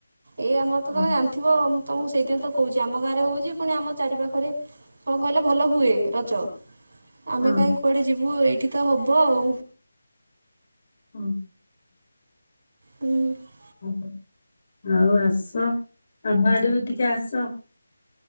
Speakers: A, on the right; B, on the left.
A: ଏଇ ଆମର ତମେ
B: ହଁ।
A: ଜାଣି ଥିବ ତମକୁ ସେଇଟା ତ କହୁଛି ଆମ ଗାଁରେ ହଉଛି ପୁଣି ଆମ ଚାରିପାଖରେ କଣ କହିଲେ ଭଲ ହୁଏ ରଜ ଆମେ
B: ହଁ
A: କାହିଁ କୁଆଡେ ଯିବୁ ଏଇଠି ତ ହବ ଆଉ।
B: <inaudible>
A: ହୁଁ <inaudible>
B: <unintelligible> ଆଉ ଆସ, ଆମ ଆଡେ ବି ଟିକେ ଆସ